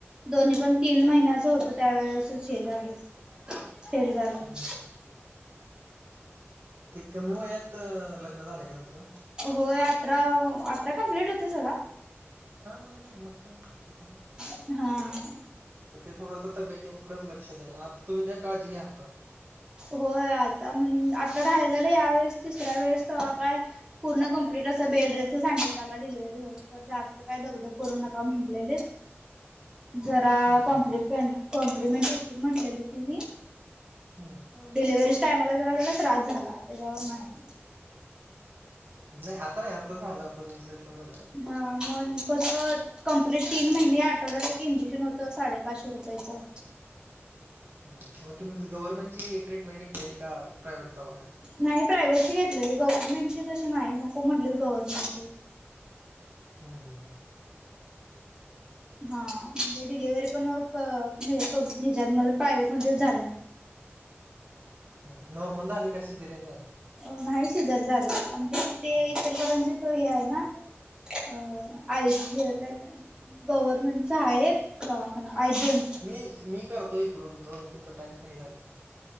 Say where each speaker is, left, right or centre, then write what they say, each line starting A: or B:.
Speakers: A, on the right; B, on the right.
A: दोन्ही पण तीन महिन्याच होतं त्यावेेळेसच हे झाले फेल झालेत.
B: हम्म. ते कमी वयात लग्न झालंय का तुमचं?
A: होय अठराव अठरा कम्प्लीट होतयं सडा.
B: हा मग नाही मग काय नाय त्याचा नाय.
A: हां.
B: सध्या थोडंस तब्येतीकडेच लक्ष द्याला आता तुम्ही काळजी घ्या आता.
A: होय आता म्हण आता राहिलेलं यावेेळेस तिसऱ्या वेळेस तेव्हा काय पूर्ण कमप्लीट असं बेडरेस्टचा सांगितलेला डिलिवरी होस तर जास्त काय दगधग करू नका म्हटलेले. जरा
B: हम्म,
A: कॉम्प्लेपन
B: हम्म,
A: कॉम्प्लिमेंट येतील म्हटलेली तीनी.
B: हम्म.
A: डिलिव्हरीच टाईमला जरा त्याला त्रास झाला त्याच्यावर नाही.
B: नाही आता आता झालं आता निसटलं सगळं.
A: हा मन कशात कंप्लीट तीन महिने आठवड्याला एक इंजेक्शन होतं साडेपाचशे रुपयाचं.
B: हम्म अहो तुम्ही गव्हनमेंटची ट्रीटमेंट घेतलेली का प्रायव्हेट दवाखान्यात?
A: नाही प्रायव्हेटची घेतलेली गव्हर्नमेंटची तशी नाही नको म्हटली गव्हर्नमेंटची.
B: हम्म हम्म हम्म.
A: हा म्हणजे डिलेव्हरी पण प हे प हेज्यात मध्ये प्राइवेटमध्येच झाल्या.
B: हम्म नॉर्मल झाली का शिजेरियन झाला?
A: अ नाही शिजर झालं आमक्यात ते
B: हम्म.
A: इतरकरांचे तर हे आहे ना. अ आय शी आहे काय त्यांना गव्हर्मेंटचा आहे. दवाखाना आजेम
B: मी मी करतो इकडून त तुमचा टाईम्स नाही झालयं.